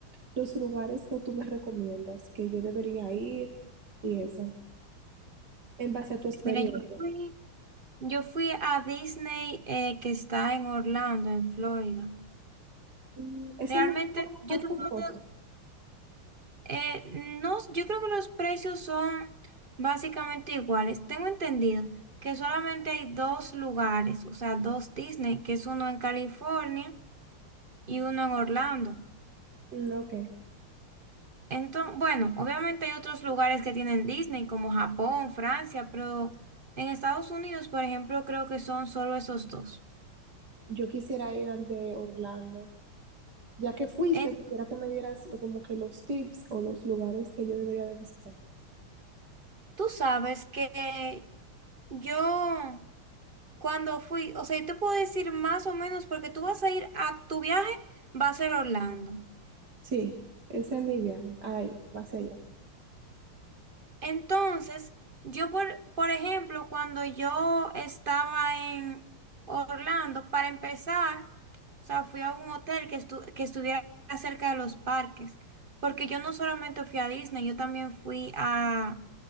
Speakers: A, on the right; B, on the right.
A: los lugares que tú me recomiendas que yo debería ir y eso, en base a tu experiencia?
B: Mira, yo fui, yo fui a Disney eh, que está en Orlando, en Florida.
A: Mm, ¿Ese
B: Realmente,
A: no es el
B: yo
A: más
B: te
A: costoso?
B: puedo- eh, no, yo creo que los precios son básicamente iguales. Tengo entendido que solamente hay dos lugares, o sea, dos Disney, que es uno en California y uno en Orlando.
A: Mm, ok,
B: Entonces, bueno, obviamente hay otros lugares que tienen Disney, como Japón, Francia, pero en Estados Unidos, por ejemplo, creo que son solo esos dos.
A: yo quisiera ir al de Orlando. Ya que fuiste,
B: En-
A: quisiera que me dieras lo- como que los tips o los lugares que yo debería de visitar.
B: tú sabes que yo cuando fui, o sea, yo te puedo decir más o menos porque tú vas a ir a tu viaje, va a ser Orlando.
A: Sí, ese es mi viaje. Ahí, va hacia allá.
B: Entonces, yo, por, por ejemplo, cuando yo estaba en Orlando, para empezar, o sea, fui a un hotel que, estu- que estuviera cerca de los parques, porque yo no solamente fui a Disney, yo también fui a